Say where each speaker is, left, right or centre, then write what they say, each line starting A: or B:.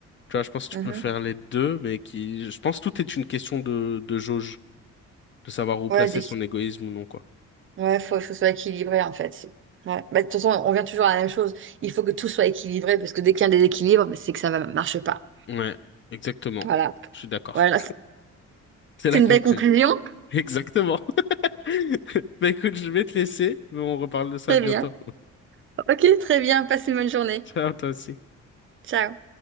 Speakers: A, on the left; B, on the right.
A: Tu vois, je pense que
B: Mhm.
A: tu peux
B: Mhm.
A: faire les deux, mais qui, je pense que tout est une question de, de jauge, de savoir où
B: Ouais,
A: placer
B: dès...
A: son égoïsme ou non, quoi.
B: ouais, faut, faut que ce soit équilibré en fait. Ouais. Bah, de toute façon, on vient toujours à la même chose. Il faut que tout soit équilibré parce que dès qu'il y a un déséquilibre, bah, c'est que ça ne marche pas.
A: Ouais, exactement.
B: Voilà.
A: Je suis d'accord.
B: Voilà.
A: C'est
B: C'est
A: la
B: une
A: conclusion.
B: belle conclusion.
A: Exactement. <laughs> Bah écoute, je vais te laisser, mais on reparle de ça
B: Très
A: bientôt.
B: bien. Ok, très bien. Passe une bonne journée.
A: <laughs> Ciao, toi aussi.
B: Ciao.